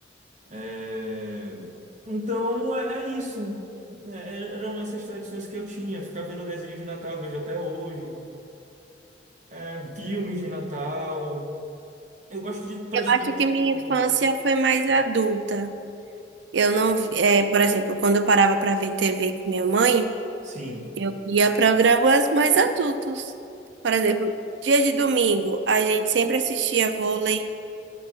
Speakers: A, on the right (about 45°); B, on the right (about 90°).
A: É, Então é, é isso. É, é, eram essas tradições que eu tinha. Ficar vendo desenho de Natal, eu vejo até hoje. É, filmes de Natal. Eu gosto de praticamente
B: Eu acho que minha
A: tudo.
B: infância foi mais adulta. Eu não, vi- é, por exemplo, quando eu parava para ver TV com minha mãe,
A: Sim,
B: eu via programas mais adultos. Por exemplo, dia de domingo, a gente sempre assistia vôlei.